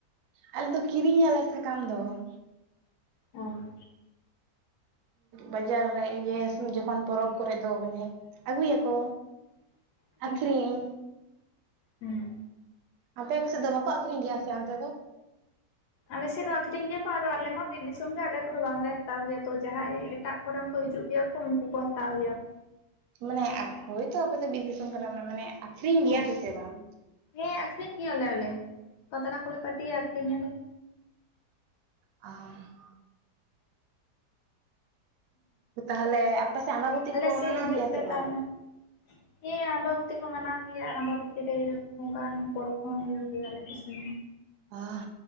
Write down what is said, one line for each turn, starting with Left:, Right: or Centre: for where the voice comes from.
Right: ᱟᱞᱮ ᱫᱚ ᱠᱤᱨᱤᱧ ᱟᱞᱮ ᱥᱟᱠᱟᱢ ᱫᱚ᱾
Left: ᱚᱸ
Right: ᱵᱟᱡᱟᱨ ᱨᱮ ᱡᱚᱠᱷᱚᱱ ᱯᱚᱨᱚᱵᱽ ᱠᱚ ᱨᱮ ᱫᱚ ᱢᱟᱱᱮ ᱟᱹᱜᱩᱭᱟ ᱠᱚ᱾
Left: <inaudible>
Right: ᱟᱠᱷᱨᱤᱧ
Left: ᱦᱩᱸ
Right: ᱟᱯᱮ ᱥᱮᱫ ᱫᱚ ᱵᱟᱠᱚ ᱟᱠᱷᱨᱤᱧ ᱜᱮᱭᱟ ᱥᱮ ᱚᱱᱛᱮ ᱫᱚ?
Left: ᱟᱞᱮ ᱥᱮᱫ ᱫᱚ ᱟᱠᱷᱨᱤᱧ ᱜᱮ ᱛᱚ ᱟᱞᱮ ᱢᱟ ᱵᱤᱨ ᱫᱤᱥᱚᱢ ᱨᱮ ᱟᱞᱮ ᱠᱚᱫᱚ ᱵᱟᱝ ᱞᱮ ᱦᱟᱛᱟᱣ ᱜᱮᱭᱟ ᱛᱚ ᱡᱟᱦᱟᱭ ᱮᱴᱟᱜ ᱠᱚᱨᱮᱱ ᱠᱚ ᱦᱤᱡᱩᱜ ᱜᱮᱭᱟ ᱠᱚ ᱩᱱᱠᱩ ᱠᱚ ᱦᱟᱛᱟᱣ ᱜᱮᱭᱟ ᱠᱚ᱾
Right: ᱢᱟᱱᱮ ᱦᱳᱭᱛᱚ ᱟᱯᱮ ᱫᱚ ᱵᱤᱨ ᱫᱤᱥᱚᱢ ᱠᱟᱱᱟ ᱯᱮ ᱢᱟᱱᱮ ᱟᱠᱷᱨᱤᱧ
Left: ᱦᱚᱸ
Right: ᱜᱮᱭᱟ ᱯᱮᱥᱮ ᱵᱟᱝ?
Left: ᱦᱮᱸ ᱟᱠᱷᱨᱤᱧ ᱜᱮᱭᱟ ᱞᱮ ᱟᱞᱮ ᱦᱚᱸ ᱯᱟᱛᱲᱟ ᱠᱚᱞᱮ ᱯᱟᱴᱤᱭᱟ ᱟᱠᱷᱨᱤᱧ ᱟᱞᱮ᱾
Right: ᱚᱻ ᱛᱟᱦᱚᱞᱮ ᱟᱯᱮ ᱥᱮᱫ ᱟᱢᱵᱟᱵᱚᱛᱤ
Left: ᱟᱞᱮ
Right: ᱠᱚ
Left: ᱥᱮᱫ
Right: ᱢᱟᱱᱟᱣ
Left: ᱦᱤᱡᱩᱜ
Right: ᱜᱮᱭᱟ
Left: ᱯᱮ
Right: ᱥᱮ ᱵᱟᱝ?
Left: ᱛᱟᱦᱚᱞᱮ ᱦᱮᱸ ᱟᱢᱵᱟᱵᱚᱛᱤ ᱠᱚ ᱢᱟᱱᱟᱣ ᱜᱮᱭᱟ ᱟᱨ ᱟᱢᱵᱟᱵᱚᱛᱤ ᱨᱮ ᱚᱱᱠᱟᱱ ᱯᱚᱨᱚᱵ ᱠᱚ ᱦᱚᱸ ᱦᱩᱭᱩᱜ ᱜᱮᱭᱟ ᱟᱞᱮ ᱠᱚ ᱥᱮᱱ᱾
Right: ᱚᱦᱻ